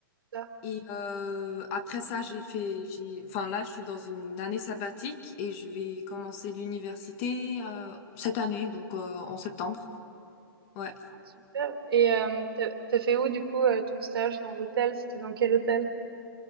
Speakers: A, on the right (about 75°); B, on the left (about 35°).
A: ça.
B: Et euh, après ça, j'ai fait, j'ai, enfin là, je suis dans une année sabbatique et je vais commencer l'université euh, cette année, donc euh, en septembre. Ouais.
A: Ah, super. Et euh, t'as t'as fait où, du coup, euh, ton stage dans l'hôtel? C'était dans quel hôtel?